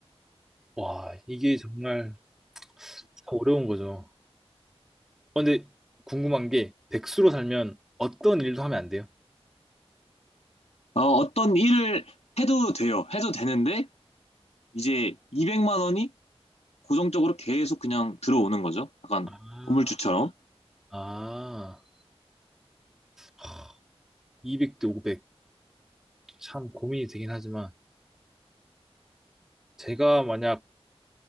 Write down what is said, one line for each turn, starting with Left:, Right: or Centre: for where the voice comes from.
Centre: 와, 이게 정말 참 어려운 거죠. 어, 근데 궁금한 게 백수로 살면 어떤 일도 하면 안 돼요?
Left: 어, 어떤 일을 해도 돼요. 해도 되는데 이제 200만 원이 고정적으로 계속 그냥 들어오는 거죠. 약간
Centre: 아,
Left: 건물주처럼.
Centre: 아, 하, 200대 500. 참 고민이 되긴 하지만 제가 만약